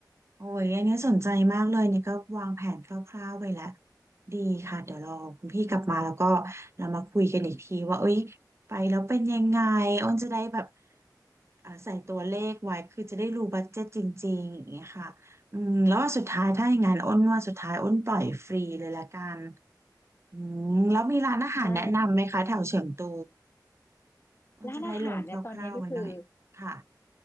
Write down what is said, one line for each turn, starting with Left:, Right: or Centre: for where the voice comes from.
Right: โอ้ยอันนี้สนใจมากเลยนี่ก็วางแผนคร่าวๆไปแล้วดีค่ะเดี๋ยวรอคุณพี่กลับมาแล้วก็เรามาคุยกันอีกทีว่าเอ้ยไปแล้วเป็นยังไงอ้นจะได้แบบอ่าใส่ตัวเลขไว้คือจะได้รู้บัดเจ็ตจริงๆอย่างเงี้ยค่ะอืมแล้วว่าสุดท้ายถ้าอย่างนั้นอ้นว่าสุดท้ายอ้นปล่อยฟรีเลยละกันอืมแล้วมีร้านอาหารแนะนำไหมคะแถวเฉิงตู
Left: ใช่
Right: อ้นจะได้ลงคร่าวๆไว้หน่อยค่ะ
Left: ร้านอาหารเนี่ยตอนนี้ก็คือ